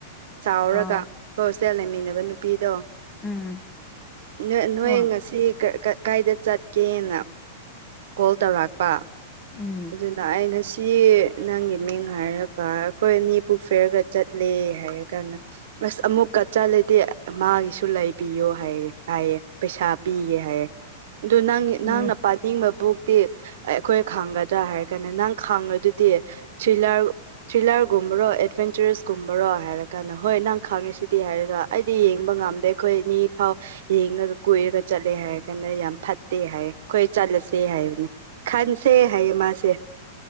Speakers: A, on the right (about 70°); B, on the left (about 20°).
A: ꯆꯥꯎꯔꯒ
B: ꯑꯣ
A: ꯈꯣꯏ ꯍꯣꯁꯇꯦꯜ ꯂꯩꯃꯤꯟꯅꯕ ꯅꯨꯄꯤꯗꯣ
B: ꯎꯝ
A: ꯅꯣꯏ ꯅꯣꯏ
B: ꯍꯣꯏ
A: ꯉꯁꯤ ꯀ ꯀ ꯀꯥꯏꯗ ꯆꯠꯀꯦꯅ ꯀꯣꯜ ꯇꯧꯔꯛꯄ
B: ꯎꯝ
A: ꯑꯗꯨꯅ ꯑꯩ ꯉꯁꯤ ꯅꯪꯒꯤ ꯃꯤꯡ ꯍꯥꯏꯔꯒ ꯑꯩꯈꯣꯏ ꯑꯅꯤ ꯕꯨꯛ ꯐꯦꯌꯔꯒ ꯆꯠꯂꯦ ꯍꯥꯏꯔ ꯀꯥꯟꯗ ꯑ꯭ꯁ ꯑꯃꯨꯛꯀ ꯆꯠꯂꯗꯤ ꯃꯥꯒꯤꯁꯨ ꯂꯩꯕꯤꯌꯣ ꯍꯥꯏꯌꯦ ꯍꯥꯏꯌꯦ ꯄꯩꯁꯥ ꯄꯤꯒꯦ ꯍꯥꯏꯌꯦ ꯑꯗꯨ ꯅꯪ
B: ꯎꯝ
A: ꯅꯪꯅ ꯄꯥꯅꯤꯡꯕ ꯕꯨꯛꯇꯤ ꯑꯩꯈꯣꯏ ꯈꯥꯡꯒ ꯑ <unintelligible> ꯍꯥꯏꯔ ꯀꯥꯟꯗ ꯅꯪ ꯈꯥꯡꯉꯗꯨꯗꯤ ꯊ꯭ꯔꯤꯂꯔ ꯊ꯭ꯔꯤꯜꯂꯔꯒꯨꯝꯕꯔꯣ ꯑꯦꯗꯚꯦꯟꯆꯔꯁꯀꯨꯝꯕꯔꯣ ꯍꯥꯏꯔ ꯀꯥꯟꯗ ꯍꯣꯏ ꯅꯪ ꯈꯥꯡꯉꯤ ꯁꯤꯗꯤ ꯍꯥꯏꯔꯒ ꯑꯩꯗꯤ ꯌꯦꯡꯕ ꯉꯝꯗꯦ ꯑꯩꯈꯣꯏ ꯅꯤ ꯐꯥꯎ ꯌꯦꯡꯂꯒ ꯀꯣꯏꯔꯒ ꯆꯠꯂꯦ ꯍꯥꯏꯔ ꯀꯥꯟꯗ ꯌꯥꯝ ꯐꯠꯇꯦ ꯍꯥꯏꯌꯦ ꯑꯩꯈꯣꯏ ꯆꯠꯂꯁꯦ ꯍꯥꯏꯕꯅꯦ ꯈꯟꯁꯦ ꯍꯥꯏꯌꯦ ꯃꯥꯁꯦ